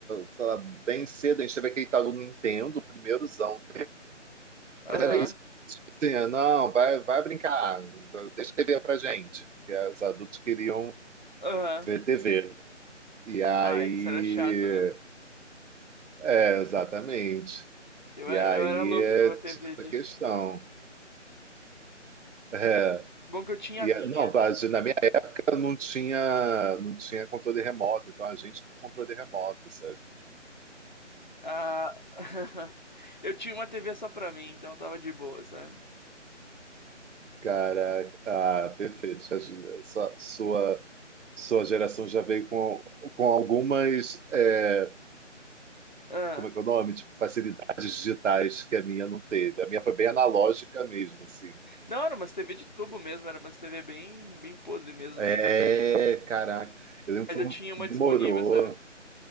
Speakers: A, on the right; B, on the left.
A: sei lá, bem cedo, a gente teve aquele tal do Nintendo, o primeirozão. É
B: Aham,
A: isso. Tipo assim, é, não, vai, vai brincar, deixa a TV pra gente. Porque os adultos queriam
B: aham.
A: ver TV. E aí,
B: Ah, isso era chato, né?
A: é, exatamente.
B: Eu
A: E
B: era,
A: aí
B: eu era louco
A: é,
B: pra uma TV
A: tinha essa
B: de...
A: questão. É.
B: Bom que eu tinha
A: E,
B: a minha.
A: é, não, a gente- na minha época não tinha, não tinha controle remoto, então a gente com controle remoto, sabe?
B: Ah, <laughs> eu tinha uma TV só pra mim, então tava de boa, sabe?
A: Cara, ah, perfeito. Já- Sua, sua, sua geração já veio com, com algumas, é,
B: Ah.
A: como é que é o nome? Tipo, facilidades digitais que a minha não teve. A minha foi bem analógica mesmo, assim.
B: Não, era umas TV de tubo mesmo, era umas TV bem, bem podre mesmo,
A: É,
B: mas,
A: caraca. Eu lembro
B: mas
A: que foi
B: eu
A: um-
B: tinha uma
A: demorou.
B: disponível, sabe?